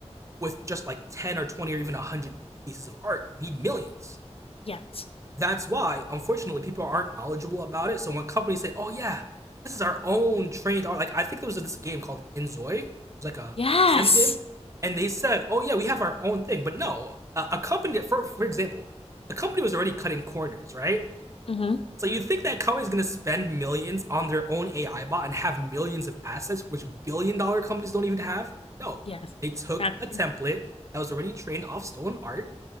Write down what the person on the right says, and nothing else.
with just like 10 or 20 or even 100 pieces of art. You need millions.
that's why, unfortunately, people aren't knowledgeable about it. So when companies say, "Oh yeah, this is our own trained," art," like I think there was this game called Inzoi, it was like a
Sims game, and they said, "Oh yeah, we have our own thing," but no, a, a company, for for example, a company was already cutting corners, right?
So you think that company is gonna spend millions on their own AI bot and have millions of assets, which billion dollar companies don't even have? No,
they took
a template that was already trained off stolen art